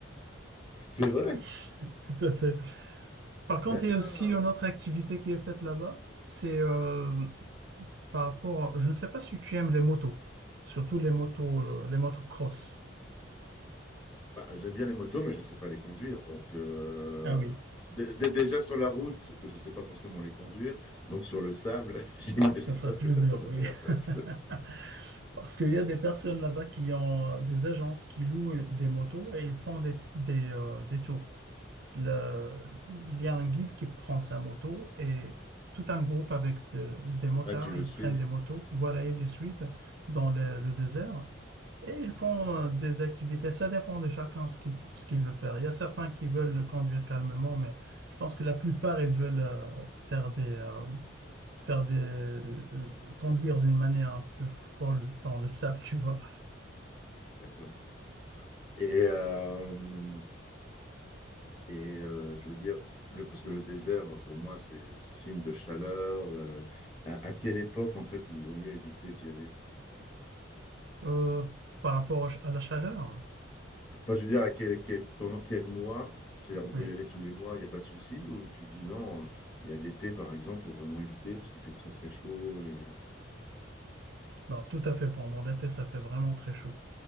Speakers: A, on the left; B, on the right.
A: C'est vrai?
B: <laughs> Tout à fait. Par contre,
A: D'accord.
B: il y a aussi une autre activité qui est faite là-bas. C'est euh, par rapport, je ne sais pas si tu aimes les motos, surtout les motos, euh, les motos cross.
A: Bah, j'aime bien les motos, mais je ne sais pas les conduire. Donc, euh,
B: Ah oui.
A: dé- dé- déjà sur la route, je ne sais pas forcément les conduire. Donc, sur le sable, <laughs> j'imagine
B: Ça sera
A: pas
B: plus
A: ce que ça
B: dur,
A: peut donner
B: oui.
A: en
B: <laughs>
A: fait.
B: Parce qu'il y a des personnes là-bas qui ont euh, des agences qui louent euh, des motos et ils font des, des, euh, des tours. Le- il y a un guide qui prend sa moto et tout un groupe avec de- des
A: <laughs>
B: motards,
A: Ah, tu le
B: ils
A: suis?
B: prennent des motos, voilà, ils les suivent dans le, le désert et ils font euh, des activités. Ça dépend de chacun ce qu'il ce qu'il veut faire. Il y a certains qui veulent conduire calmement, mais je pense que la plupart, ils veulent euh, faire des, euh, faire des euh, conduire d'une manière un peu folle dans le sable, tu vois.
A: D'accord. Et, euh, Et euh, je veux dire, le- parce que le désert, pour moi, c'est signe de chaleur. euh, à, à quelle époque, en fait, il vaut mieux éviter d'y aller?
B: Euh, par rapport à la chaleur,
A: Enfin, je veux dire, à quel- quel- pendant quel mois? C'est-à-dire, on
B: oui,
A: peut y aller tous les mois, il n'y a pas de souci? Ou tu dis non, euh, il y a l'été, par exemple, il faut vraiment éviter parce qu'il fait très, très chaud. et-
B: ben tout à fait. Pendant l'été, ça fait vraiment très chaud.